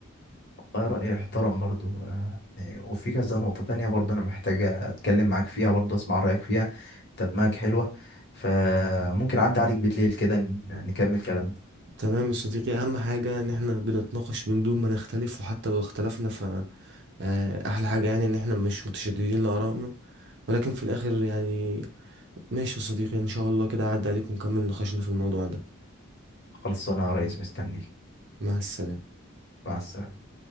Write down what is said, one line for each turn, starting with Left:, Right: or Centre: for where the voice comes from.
Left: ده رأيي احترم برضو آه، يعني، وفي كذا نقطة تانية برضو أنا محتاج أتكلم معاك فيها برضو أسمع رأيك فيها طب معاك حلوة فممكن أعدي عليك بالليل كده ن- نكمل كلامنا
Right: تمام يا صديقي اهم حاجة ان احنا بنتناقش من دون ما نختلف وحتى لو اختلفنا ف آه، احلى حاجة يعني ان احنا مش متشددين لآرائنا ولكن في الاخر يعني ماشي يا صديقي ان شاء الله كده عدى عليكم ونكمل نقاشنا في الموضوع ده
Left: خلص انا يا ريس مستنيك
Right: مع السلامة
Left: مع السلامة